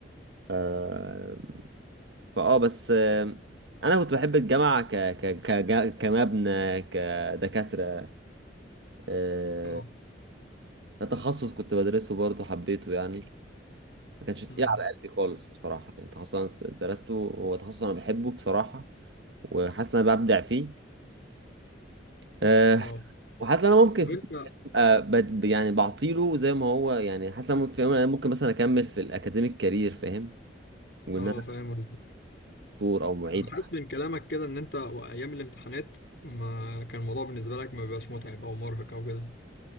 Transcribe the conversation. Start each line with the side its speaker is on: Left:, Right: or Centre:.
Right: آه، فاه بس آه، انا كنت بحب الجامعه ك ك ك كمبنى كدكاتره آه،
Left: أه
Right: تخصص كنت بدرسه برضه حبيته يعني ما كانش تقيل
Left: أمم.
Right: على قلبي خالص بصراحه يعني تخصص انا درسته هو تخصص انا بحبه بصراحه وحاسس ان انا ببدع فيه أه
Left: أه
Right: وحاسس ان انا ممكن
Left: طب
Right: في
Left: أنت
Right: أه بد- يعني بعطيله زي ما هو يعني حاسس ان انا ممكن ممكن مثلا اكمل في الاكاديميك كارير فاهم وان
Left: أه
Right: انا
Left: فاهم قصدك
Right: دكتور او معيد
Left: أنا حاسس من كلامك كده إن أنت وأيام الامتحانات ما كان الموضوع بالنسبة لك ما بيبقاش متعب أو مرهق أو كده